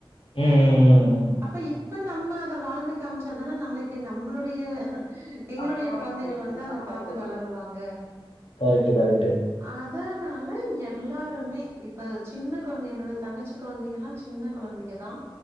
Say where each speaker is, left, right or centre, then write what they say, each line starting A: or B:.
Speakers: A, on the left; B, on the right.
A: ம் ம் ம்
B: அப்ப இப் ப்ப நம்ம அத வாழ்ந்து காமிச்சதானா நம்ளைக்கு நம்மளுடைய எங்களுடைய
A: ம்
B: கொழந்தைகள் வந்து அத பாத்து வளருவாங்க
A: கரெக்ட்டு கரெக்ட்டு
B: அதா நா ப்ப எல்லாருமே இப்ப சின்னக் கொழந்தை என்னுடைய தங்கச்சி கொழந்தைங் கல்லா சின்ன கொழ ந்தைகதா